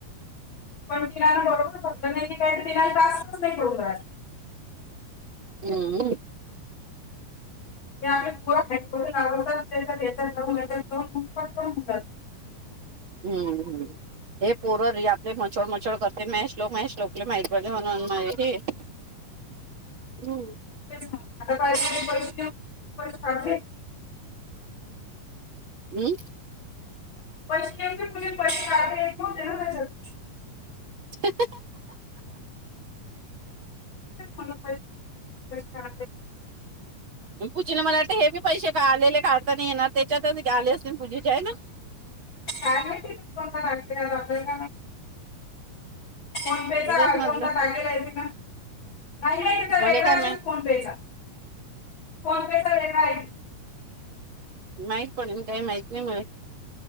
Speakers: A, on the left (about 70°); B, on the right (about 55°).
A: पण किनला बरोबर भरलं नाही ते काही तिनाय जास्तच नाही पडून राहील.
B: हम्म.
A: हे आम्ही गुवा हेडको लावडतात त्याच्या त्याच्यात दोन याच्यात दोन पटकन होऊन जातं
B: हम्म हम्म हे पोर आपले मचोड मचोड करते मॅश लोक मॅश लोकले माहिती पडते म्हणून. हम्म
A: तेच मग आता <unintelligible> पैसेैे पैसे काढले
B: हम्
A: प प <unintelligible> एक होते ना त्याच्यात
B: <unintelligible>
A: <unintelligible>
B: पूजीला मला वाटतं हे बी पैसे का आलेले काढता नाही येणार त्याच्यातच आले असतील पूजेचे आहे ना.
A: कारॅ नाही कोणता लातेल्या का नाही. फोन पे चा
B: तेच म्हटलं
A: कोणता टाकेला आहे ति ना नाही नाही तर
B: मले
A: ए
B: काय मा
A: फोन पे चा फोन पे चा <unintelligible> आहे
B: माहित पडे काही माहित नाही मला